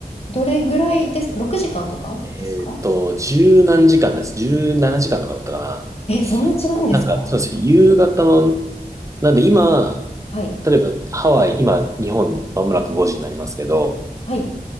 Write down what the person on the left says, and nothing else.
どれぐらいです ?6 時間とかですか
え、そんな違うんですか
はい。
はい。